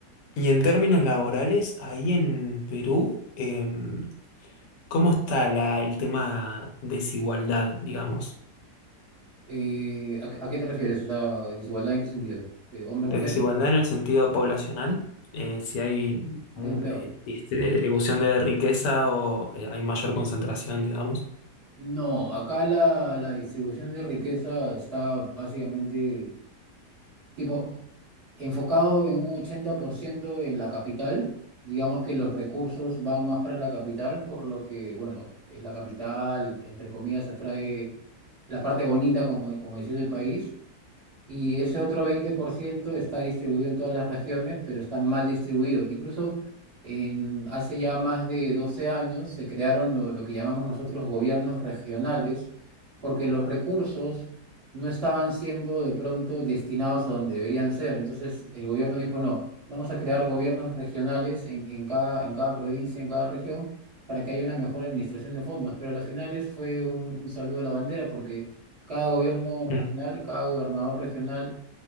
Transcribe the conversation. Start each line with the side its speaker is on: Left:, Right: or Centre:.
Left: y en términos laborales, ahí en Perú, em, ¿cómo está la, el tema desigualdad, digamos?
Right: Eh, ¿a, qué a qué te refieres? O sea, ¿desigualdad en qué sentido? Eh, ¿hombres,
Left: De
Right: mujeres?
Left: Desigualdad en el sentido poblacional, eh, si hay mu-
Right: ¿Hay empleo?
Left: eh, este, distribución de riqueza o eh, hay mayor concentración, digamos.
Right: No, acá la, la distribución de riqueza está básicamente tipo enfocado en un 80% en la capital. Digamos que los recursos van más para la capital, por lo que, bueno, es la capital, entre comillas, atrae la parte bonita, como, como decía, del país. Y ese otro 20% está distribuido en todas las regiones, pero está mal distribuido. Incluso en, hace ya más de 12 años se crearon lo, lo que llamamos nosotros gobiernos regionales, porque los recursos no estaban siendo de pronto destinados a donde deberían ser. Entonces el gobierno dijo, no, vamos a crear gobiernos regionales en, en cada, en cada provincia, en cada región, para que haya una mejor administración de fondos. Pero a las finales fue un, un saludo a la bandera porque cada gobierno regional,
Left: Mm,
Right: cada gobernador regional